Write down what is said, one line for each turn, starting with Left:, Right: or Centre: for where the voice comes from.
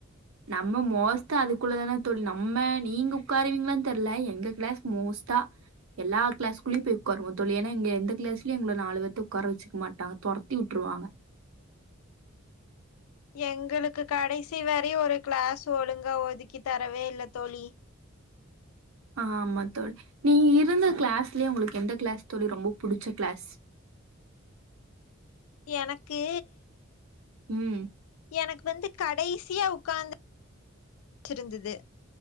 Right: நம்ம மோஸ்தா அதுக்குள்ளதானே தோழி நம்ம நீங்க உக்காருவீங்களானு தெர்ல எங்க கிளாஸ் மோஸ்தா. எல்லா கிளாஸ்குள்ளயு போய் உக்காருவோ தோழி ஏனா இங்க எந்த கிளாஸ்லயு எங்கள நாலு பேத்த உக்கார வச்சுக்க மாட்டாங்க தொரத்தி வுட்டுருவாங்க
Left: எங்களுக்கு கடைசி வரயு ஒரு கிளாஸ் ஒழுங்கா ஒதுக்கி தரவே இல்ல தோழி.
Right: ஆமா தோழி நீ இருந்த க்ளாஸ்லயே உங்களுக்கு எந்த கிளாஸ் தோழி ரொம்ப புடிச்ச கிளாஸ்.
Left: எனக்கு
Right: ம்
Left: எனக்கு வந்து கடைசியாக உக்காந்து <inaudible> ச்சிருந்தது.